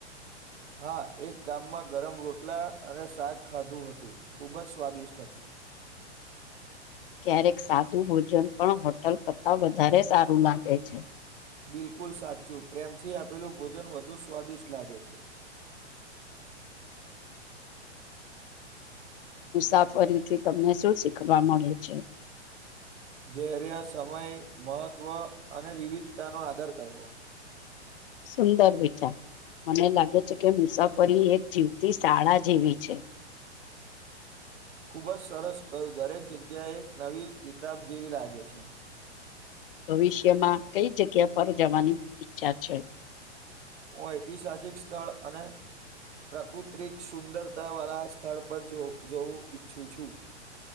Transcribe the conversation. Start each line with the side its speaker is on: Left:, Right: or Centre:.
Right: હા એક ગામમાં ગરમ રોટલા અને શાક ખાધું હતું ખૂબ જ સ્વાદિષ્ટ હતું.
Left: <inaudible> ક્યારેક સાદું ભોજન પણ હોટલ કરતાં વધારે સારું લાગે છે.
Right: બિલકુલ સાચું પ્રેમથી આપેલું ભોજન વધુ સ્વાદિષ્ટ લાગે છે.
Left: <inaudible> મુસાફરીથી તમને શું શીખવા મળે છે?
Right: ધૈર્ય, સમય, મહત્વ અને વિવિધતાનો આદર કરવો
Left: સુંદર વિચા મને લાગે છે, કે મુસાફરી એક જીવતી શાળા જેવી છે.
Right: ખૂબ જ સરસ કહ્યું દરેક જગ્યાએ એક નવી કિતાબ જેવી લાગે છે.
Left: ભવિષ્યમાં કઈ જગ્યા પર જવાની ઈચ્છા છે.
Right: ઐતિસાાસિક સ્થળ અને પ્રાકૃતિક સુંદરતા વાળા સ્થળ પર જો જોવું ઈચ્છું છું.